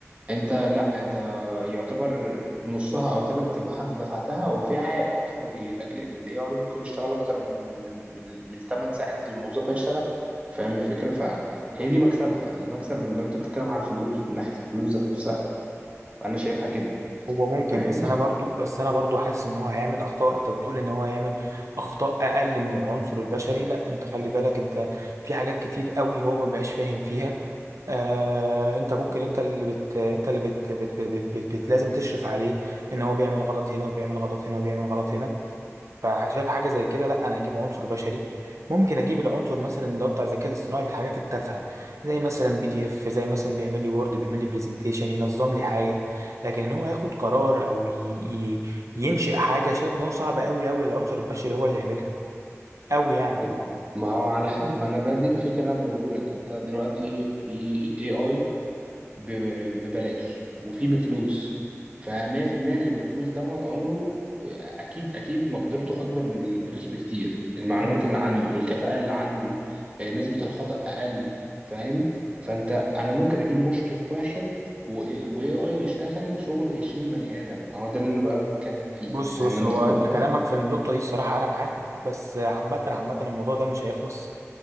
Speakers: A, on the right; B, on the right.
A: انت لا انت يعتبر نصها او ثلاث ارباعها انت دفعتها وفي عائد اكتر جاي لك لان الاي اي ممكن يشتغل اكتر من من من من 8 ساعات اللي الموظف هيشتغلها فاهم الفكره فهي دي مكسبها دي مكسب من لو انت بتتكلم على الفلوس من ناحيه الفلوس ذات نفسها فانا شايفها كده
B: هو ممكن
A: فاهم
B: بس انا برضه بس انا برضه حاسس ان هو هيعمل اخطاء انت بتقول ان هو هيعمل اخطاء اقل من العنصر البشري لا انت خلي بالك انت في حاجات كتير قوي هو ما بقاش فاهم فيها آه انت ممكن انت اللي بت انت اللي بت, بت, بت, بت, بت, بت لازم تشرف عليه ان هو بيعمل غلط هنا وبيعمل غلط هنا وبيعمل غلط هنا فشايف حاجه زي كده لا انا اجيب عنصر بشري ممكن اجيب العنصر مثلا اللي هو بتاع الذكاء الاصطناعي في الحاجات التافهه زي مثلا بي دي اف زي مثلا بيعمل لي وورد بيعمل لي برزنتيشن ينظم لي حاجه لكن ان هو ياخد قرار او ي... ي... ينشئ حاجه شايف ان هو صعب قوي قوي العنصر البشري هو اللي يعملها قوي يعني
A: ما ما هو على حسب ما انا بدي الفكره اللي انا بقوله لك انت دلوقتي في اي اي ب- ببلاش وفي بفلوس فمية في المية اللي بفلوس دوت عمره أكيد أكيد مقدرته أكبر من اللي ببلاش بكتير المعلومات
B: مم.
A: اللي عنده والكفاءة اللي عنده آه، نسبة الخطأ أقل فاهم فأنت أنا ممكن أجيب مشرف واحد و AI يشتغل شغل عشرين بني آدم هو ده اللي أنا بقى بتكلم فيه
B: بص
A: فاهم
B: بص
A: أنت
B: هو
A: النقطة
B: انت كلامك في النقطه دي الصراحه انا معاك بس عامه عامه الموضوع ده مش هيخلص